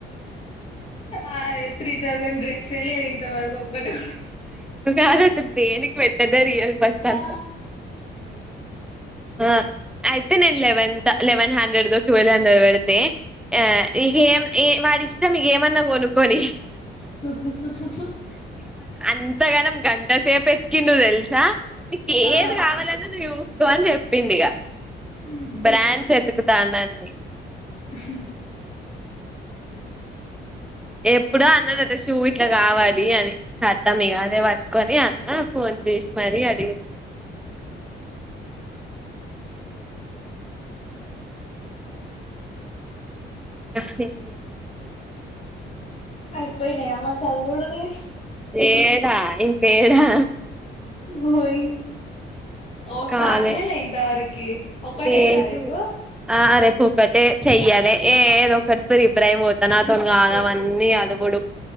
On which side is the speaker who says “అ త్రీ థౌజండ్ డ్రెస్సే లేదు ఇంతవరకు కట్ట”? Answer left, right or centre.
Left